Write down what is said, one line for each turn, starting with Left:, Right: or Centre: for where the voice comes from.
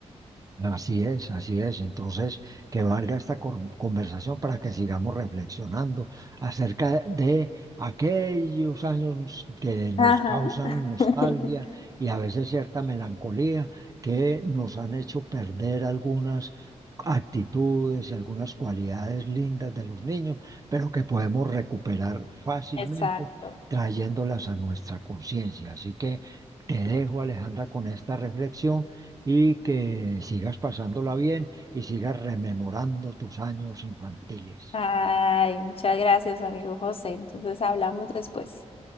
Right: Así es, así es. Entonces, que valga esta cor- conversación para que sigamos reflexionando acerca de aquellos años que nos
Left: Ajá.
Right: causan nostalgia
Left: <laughs>
Right: y a veces cierta melancolía que nos han hecho perder algunas actitudes y algunas cualidades lindas de los niños, pero que podemos recuperar fácilmente
Left: Exacto.
Right: trayéndolas a nuestra conciencia. Así que te dejo, Alejandra, con esta reflexión y que sigas pasándola bien y sigas rememorando tus años infantiles.
Left: Ay, muchas gracias, amigo José. Entonces hablamos después.